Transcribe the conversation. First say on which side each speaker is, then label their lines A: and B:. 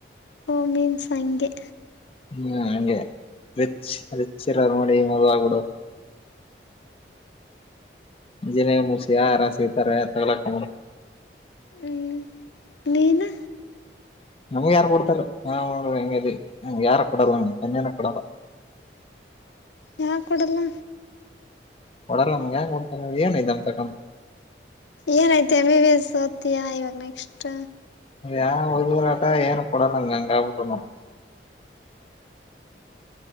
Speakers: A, on the left; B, on the left.
A: ಓ ಮೀನ್ಸ ಹಂಗೆ
B: ಹ್ಮ್ ಹಂಗೆ ರಿಚ್ ರಿಚ್ ರ ನೋಡಿ ಮದವೆ ಆಗ್ಬಿಡು ಇಂಜನಿಯರ ಮುಗಿಸಿ ಯಾ ಯಾರ ಸಿಗತಾರೆ ಅಂತವಾಲಾ ಇಟ್ಟಗುಂಡಬಿಡು.
A: ಹ್ಮ್ ನೀನು
B: ನಮ್ಗೆ ಯಾರು ಕೊಡ್ತಾರಾರೆ ಹ ಅವ್ರ ಹೆಂಗ ಅದವಿ ಯಾರ ಕೊಡಲ್ಲ ಕನ್ಯಾನ ಕೊಡಲ್ಲ
A: ಯಾಕ ಕೊಡಲ್ಲ.
B: ಕೂಡಲ್ಲ ನಮಗೆ ಯಾರ ಕೂಡಾತರ ಏನ್ ಅಯತಿ ಅಂತ ಕ.....
A: ಏನಐತ ಎಂ. ಬಿ. ಎಸ್ ಓತಿಯಾ ಇವಾಗ ನೆಕ್ಸ್ಟ್.
B: ಆ ಓದಿದರಲಾಟಾ ಏನು ಕೊಡಲ್ಲಂಗ ಹಂಗಗೆ ಆಬಿಣ..